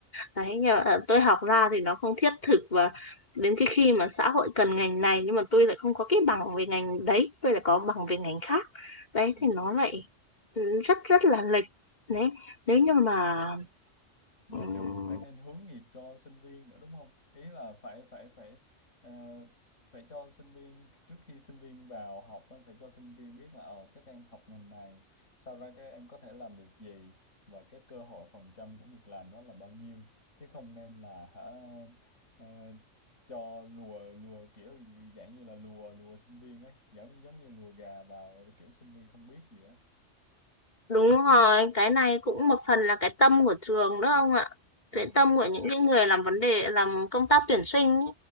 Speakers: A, on the left; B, on the left.
A: đấy nhưng mà tôi học ra thì nó không thiết thực và đến cái khi mà xã hội cần ngành này nhưng mà tôi lại không có cái bằng về ngành đấy tôi lại có bằng về ngành khác đấy
B: ừm.
A: thì nó lại ừ, rất rất là lệch đấy nếu như mà
B: nhà
A: ừ,
B: trường phải nên hướng nghiệp cho sinh viên nữa đúng không? Ý là phải phải phải ờ, phải cho sinh viên trước khi sinh viên vào học á, phải cho sinh viên biết là ờ các em học ngành này, sau ra các em có thể làm được gì và cái cơ hội phần trăm của việc làm đó là bao nhiêu chứ không nên là hả ờ, cho lùa lùa kiểu gì- dạng như là lùa lùa sinh viên ấy, giống giống như lùa gà vào kiểu sinh viên không biết gì á.
A: Đúng rồi, cái này cũng một phần là cái tâm của trường đó ông ạ.
B: Ừ.
A: Cái tâm của những cái người làm vấn đề làm công tác tuyển sinh ý.